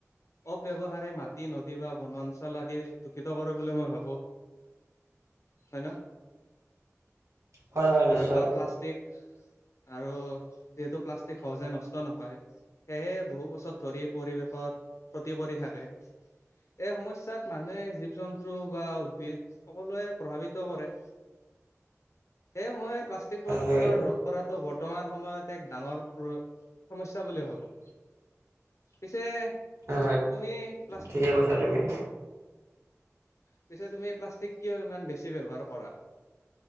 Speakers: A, on the left; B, on the right.
A: অব্যৱহাৰে মাটি নদী বা বনাঞ্চল আদি দূষিত কৰে বুলি মই ভাবো। হয় ন
B: হয় হয় নিশ্চয়
A: আৰু বা প্লাষ্টষ্টিক আৰু যিহেতু প্লাষ্টিক সহজে নষ্ট নহয় সেয়েহে বহু বছৰ ধৰি পৰিৱেশত ক্ষতি কৰি থাকে। এই সমস্যাত মানুহে জীৱ জন্তু বা উদ্ভিদ সকলোৱে প্ৰভাৱিত কৰে। এ মই প্লাষ্টিক প্ৰদূষণৰ
B: হয়
A: ৰধ কৰাতটো বৰ্তমান সময়ত ডাঙৰ সমস্যা বুলি ভাবো পিছে
B: হ
A: তুমি প্লাছ
B: ঠিকে কৈছা তুমি
A: পিছে তুমি প্লাষ্টিক কিয় ইমান বেছি ব্য্ৱহাৰ কৰা